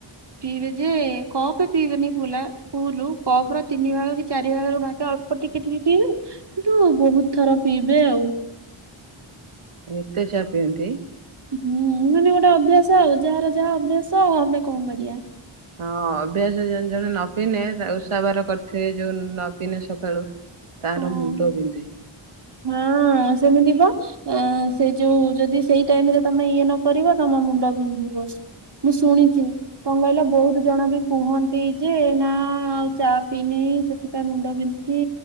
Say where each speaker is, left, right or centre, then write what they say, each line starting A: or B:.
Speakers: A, on the right; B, on the right.
A: ପିଇବେ ଯେ କପେ ପିଇବେନି ପୁଲା ଫୁଲୁ କପ ର ତିନି ଭାଗ କି ଚାରି ଭାଗରୁ ଭା ଅଳ୍ପ ଟିକେ ଟିକେ ପିଇବେ କିନ୍ତୁ ବହୁତ ଥର ପିଇବେ ଆଉ।
B: ଏତେ ଚା ପିଅନ୍ତି?
A: ହୁଁ ମାନେ ଗୋଟେ ଅଭ୍ୟାସ ଆଉ ଯାହାର ଯାହା ଅଭ୍ୟାସ ଆଉ ଆମେ କଣ କରିବା।
B: ହଁ ଅଭ୍ୟାସ ଜଣେ ଜଣେ ନ ପିନେ ଓଷାବାର କରିଥିବେ ଯୋଉ ନ ପିନେ ସକାଳୁ ତାର
A: ହଁ
B: ମୁଣ୍ଡ ବିନ୍ଧେ।
A: ହଁ ସେମିତି ବା ସେ ଯୋଉ ଯଦି ସେଇ ଟାଇମ ରେ ତମେ ଇଏ ନ କରିବ ତମ ମୁଣ୍ଡ ବିନ୍ଧିବ ମୁଁ ଶୁଣିଛି କଣ କହିଲ ବହୁତ ଜଣ ବି କୁହନ୍ତି ଯେ ନା ଆଉ ଚା ପିଇନି ସେଥିପାଇଁ ମୁଣ୍ଡ ବିନ୍ଧୁଛି